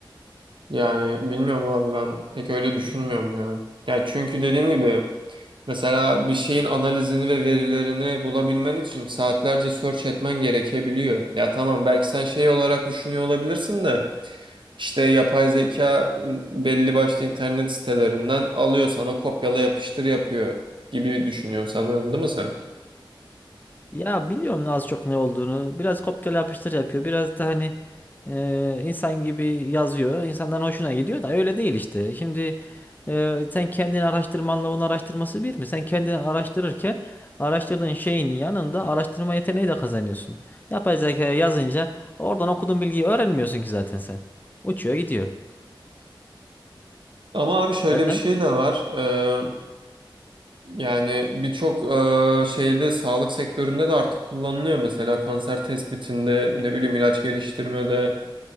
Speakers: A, on the right; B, on the left.
A: yani bilmiyorum abi ben pek öyle düşünmüyorum ya. Ya çünkü dediğim gibi Mesela bir şeyin analizini ve verilerini bulabilmen için saatlerce search etmen gerekebiliyor. Ya tamam belki sen şey olarak düşünüyor olabilirsin de işte yapay zeka in- belli başlı internet sitelerinden alıyor sana kopyala yapıştır yapıyor gibi düşünüyorsun sanırım değil mi sen?
B: Ya biliyorum ne az çok ne olduğunu. Biraz kopyala yapıştır yapıyor. Biraz da hani e, insan gibi yazıyor. İnsanların hoşuna gidiyor da öyle değil işte. Şimdi e, sen kendini araştırmanla onun araştırması bir mi? Sen kendini araştırırken araştırdığın şeyin yanında araştırma yeteneği de kazanıyorsun. Yapay zekaya yazınca oradan okuduğun bilgiyi öğrenmiyorsun ki zaten sen. Uçuyor gidiyor.
A: Ama abi şöyle
B: Verdem.
A: bir şey de var. Ee, yani birçok e, şeyde sağlık sektöründe de artık kullanılıyor. Mesela kanser tespitinde ne bileyim ilaç geliştirmede.